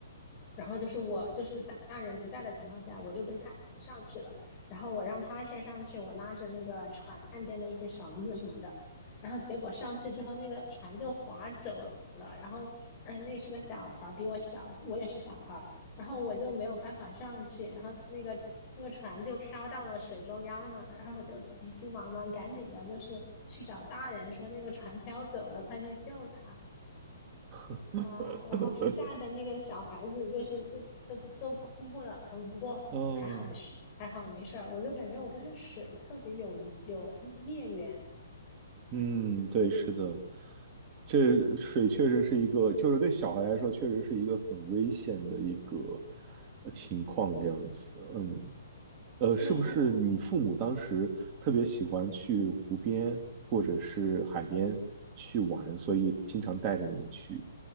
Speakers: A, on the left; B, on the right.
A: 然后就是我就是大人不在的情况下，我就跟他一起上去了。然后我让他先上去，我拉着那个船岸边的一些绳子什么的。然后结果上去之后，那个船就划走了。然后而且那是个小孩儿，比我小，我也是小孩儿。然后我就没有办法上去，然后那个那个船就飘到了水中央了。然后我就急急忙忙赶紧的，就是去找大人说那个船飘走了，快去救他。
B: <laughs>
A: 啊，然后吓得那个小孩子就是都都都哭了，嗯，不过还好是还好没事儿，
B: 哦，
A: 我就感觉我跟水特别有有孽缘，
B: 嗯，对，是的，这水确实是一个，就是对小孩来说，确实是一个很危险的一个呃情况，这样子。嗯。呃，
A: 对，
B: 是不是你父母当时特别喜欢去湖边或者是海边去玩，
A: 而且
B: 所以经常带着你去？